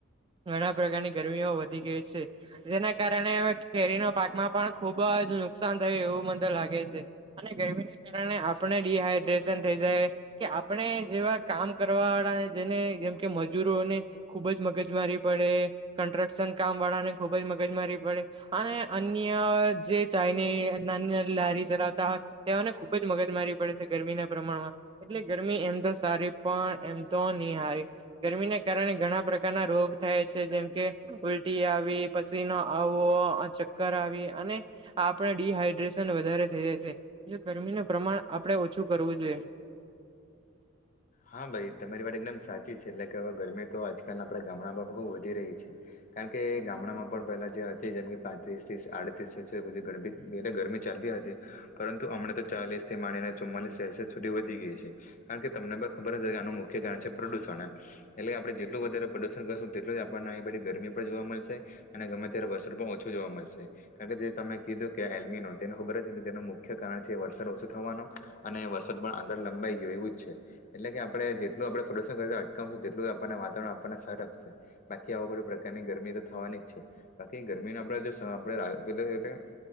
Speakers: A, on the right; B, on the left.
A: ઘણા પ્રકારની ગરમીઓ વધી ગઈ છે. જેના કારણે કેરીનો પાકમાં પણ ખુબ જ નુકસાન થયું એવું મને લાગે છે. અને ગરમીને, કારણે આપણે ડીહાઈડ્રેશન થઈ, જાય કે આપણે જેવા કામ કરવા વાળા જેને જેમ, કે મજૂરોને ખુબજ મગજ મારી પડે કન્સ્ટ્રક્શન કામ વાળાને ખુબજ મગજ મારી પડે અને અન્ય જે ચાઈની. નાની, નાની લારી ચલાવતા તેઓને ખુબજ મગજ મારી પડે છે, ગરમીના પ્રમાણમાં એટલે ગરમી એમ તો સારી પણ એમ તો હારી ગરમીને કારણે ઘણા પ્રકારના રોગ થાય છે, જેમકે ઉલટી આવી પસીનો આવો ચક્કર આવી અને આપડ ડીહાઈડ્રેશન વધારે થઈ જાય છે. ગરમીનું પ્રમાણ આપણેે ઓછુ, કરવું જોઈએ
B: હા, ભાઈ તમારી વાત એકદમ સાચી છે. એટલે કે હવે ગરમી તો આજકાલ આપણે ગામડામાં બહુ વધી રહી છે. કારણ કે, ગામડામાં પણ પેલા જે હતી. જેમ કે પાંત્રીસ્રીસ આડત્રીસધી ગણીી એટલે ગરમી ચાલ હતી, પરંતુ હમણા, તો ચાલીસ થી માનીને ચુમ્માલીસ સેલ્સિયસ સુધી વધી ગઈ છે, કારણ કે તમને ખબર આનું મુખ્ય કારણ છે, પ્રદુષણ એમ એટલે આપણે જેટલું વધારે પ્રદુષણ કરશું તેટલું જ આપણનેધી ગરમી જોવા મળશે અને ગમે, ત્યારે વર્ષો પણ ઓછું જોવા મળશે કારણ કે જે તમે કીધું કે એમી ન તેબ. તે મુખ્ય કારણ છે, વરસાદ ઓછો થવાનો અને વરસાદ પણ આગળ લંબાઈ ગયો એવુજ છે. એટલે કે આપણે, જેટલું આપણે પ્રદુષણ કરતા અટકાવશુ, તેટલું આપણને વાતાવરણ આપણને સર આપશે બાકી આવો બધો પ્રકાર ની ગરમી તો થવાની જ છે, બાકી ગરમી ન આપણેે જો આપ એ